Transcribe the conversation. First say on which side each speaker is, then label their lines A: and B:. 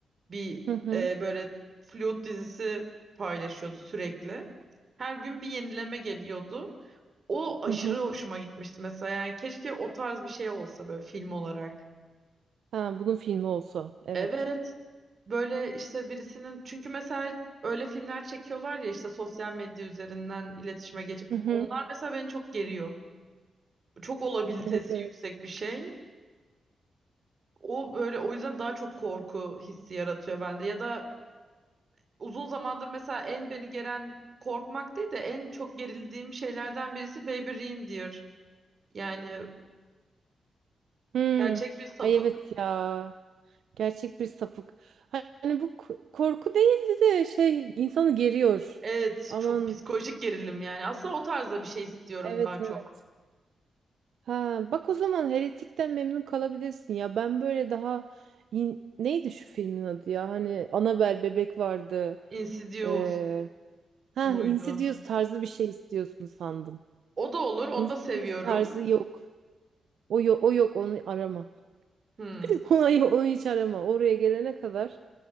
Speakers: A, on the right; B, on the right.
A: bir
B: hı hı
A: e, böyle flüt dizisi paylaşıyordu sürekli. Her gün bir yenileme geliyordu. O aşırı
B: hı hı.
A: hoşuma gitmişti mesela. Yani keşke o tarz bir şey olsa böyle film olarak.
B: Ha bunun filmi olsa evet.
A: Evet. Böyle işte birisinin çünkü mesela öyle filmler çekiyorlar ya işte sosyal medya üzerinden iletişime geçip
B: Hı hı.
A: onlar mesela beni çok geriyor. Çok olabilitesi
B: Evet evet.
A: yüksek bir şey. O böyle o yüzden daha çok korku hissi yaratıyor bende ya da uzun zamandır mesela en beni geren korkmak değil de en çok gerildiğim şeylerden birisi Baby Reindeer. Yani
B: Hmm.
A: gerçek bir sapık.
B: Ay evet ya. Gerçek bir sapık. Hani bu k- korku değildi de şey insanı geriyor.
A: Evet,
B: Aman
A: çok psikolojik gerilim yani. Aslında o tarzda bir şey istiyorum
B: Evet
A: daha çok.
B: evet. Ha bak o zaman Heretik'ten memnun kalabilirsin ya. Ben böyle daha in- neydi şu filmin adı ya? Hani Annabelle bebek vardı.
A: Insidious
B: Ee, ha
A: muydu?
B: Insidious tarzı bir şey istiyorsun sandım.
A: O da olur. Onu
B: Insidious
A: da seviyorum.
B: tarzı yok. O yok, o yok onu arama.
A: Hmm.
B: <laughs> Onu, onu hiç arama. Oraya gelene kadar